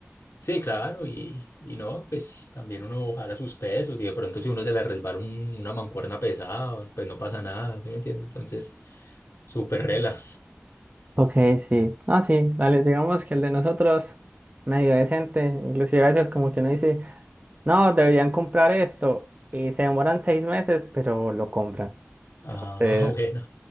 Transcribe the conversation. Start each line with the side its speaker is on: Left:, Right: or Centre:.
Left: Sí, claro, y, y no, pues también uno jala sus pesos y de pronto si uno se le resbala un- una mancuerna pesada, pues no pasa nada, ¿sí me entiende? Entonces, súper
Right: Ujú.
Left: rela.
Right: Ok, sí. No, sí, dale, digamos que el de nosotros, medio decente, inclusive a veces como que no dice. No, deberían comprar esto. Y se demoran seis meses, pero lo compran.
Left: Ah,
Right: Entonces,
Left: <laughs> bueno.